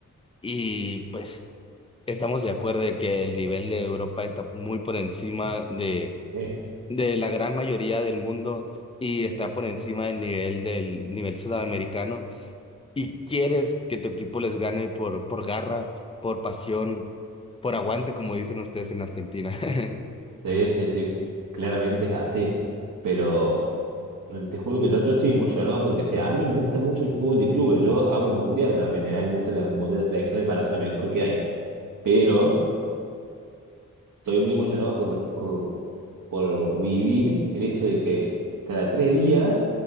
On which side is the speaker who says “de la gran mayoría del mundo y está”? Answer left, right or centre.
Left